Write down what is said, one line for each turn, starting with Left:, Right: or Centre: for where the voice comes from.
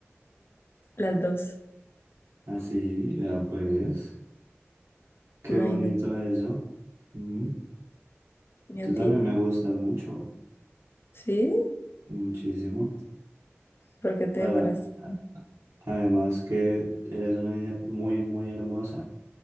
Left: Las dos,
Right: Así, vea pues. Qué
Left: imagínate.
Right: bonito eso. Mm,
Left: ¿Y
Right: Tú
Left: a
Right: también
Left: ti?
Right: me gustas mucho.
Left: Sí,
Right: muchísimo.
Left: porque te
Right: Para,
Left: demoras.
Right: a- además que eres una niña muy, muy hermosa